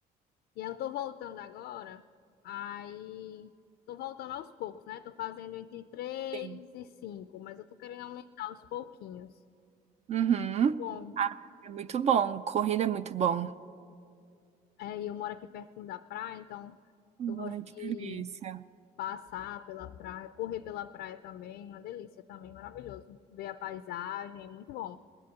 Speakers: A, on the left; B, on the right.
A: e eu tô voltando agora. Aí tô voltando aos poucos, né? Tô fazendo entre três
B: Sim.
A: e cinco, mas eu tô querendo aumentar aos pouquinhos.
B: Uhum.
A: Muito bom.
B: É muito bom. Corrida é muito bom.
A: É, e eu moro aqui pertinho da praia, então eu gosto
B: Ai,
A: de
B: que delícia.
A: passar pela praia, correr pela praia também, uma delícia também, maravilhoso. Ver a paisagem, é muito bom.